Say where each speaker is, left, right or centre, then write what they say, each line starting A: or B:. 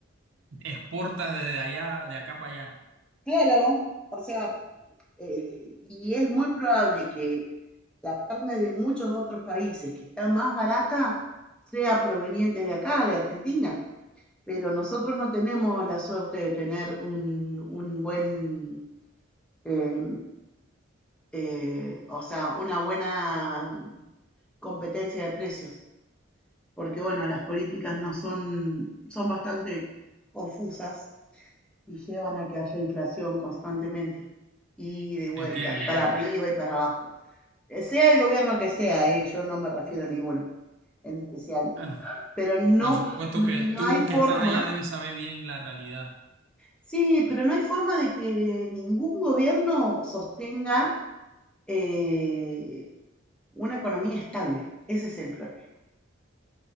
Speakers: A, on the right (about 65°); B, in the centre.
A: Exportas desde allá, de acá para allá.
B: Claro, o sea, eh, y es muy probable que la carne de muchos otros países que está más barata sea proveniente de acá, de Argentina. Pero nosotros no tenemos la suerte de tener un, un buen, eh, eh, o sea, una buena competencia de precios. porque bueno, las políticas no son, son bastante confusas y llevan a que haya inflación constantemente y de vuelta,
A: Entiendo, entiendo.
B: para arriba y para abajo. Eh, Sea el gobierno que sea, ¿eh? yo no me refiero a ninguno en especial,
A: Ah, no.
B: pero no,
A: Por supuesto
B: no
A: que tú
B: hay forma,
A: que estás allá debes saber bien la realidad.
B: sí, pero no hay forma de que ningún gobierno sostenga eh, una economía estable. Ese es el problema.